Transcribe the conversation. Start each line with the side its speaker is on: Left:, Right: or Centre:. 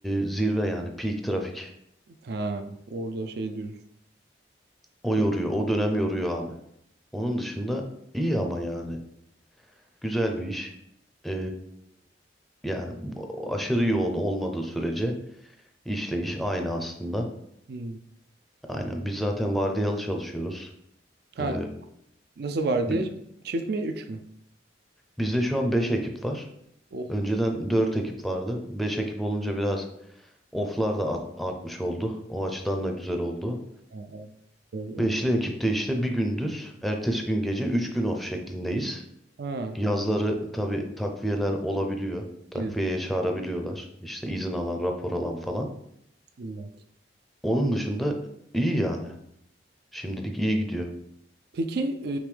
Centre: zirve yani peak trafik.
Right: Ha. Orada şey diyoruz.
Centre: O
Right: Çok-
Centre: yoruyor. O dönem yoruyor abi. Onun dışında iyi ama yani. Güzel bir iş. Ee, yani bu- aşırı yoğun olmadığı sürece işle iş aynı aslında.
Right: Hmm.
Centre: Aynen. Biz zaten vardiyalı çalışıyoruz.
Right: Ha.
Centre: Ee,
Right: Nasıl var
Centre: bi-
Right: diye? Çift mi? Üç mü?
Centre: bizde şu an 5 ekip var.
Right: Oh.
Centre: Önceden 4 ekip vardı. 5 ekip olunca biraz oflar da art- artmış oldu. O açıdan da güzel oldu.
Right: Ha. evet.
Centre: Beşli ekipte işte bir gündüz, ertesi gün gece 3 gün off şeklindeyiz.
Right: Ha.
Centre: Yazları tabii takviyeler olabiliyor. Takviyeye
Right: İlla.
Centre: çağırabiliyorlar. İşte izin alan, rapor alan falan.
Right: İlla.
Centre: Onun dışında iyi yani. Şimdilik iyi gidiyor.
Right: Peki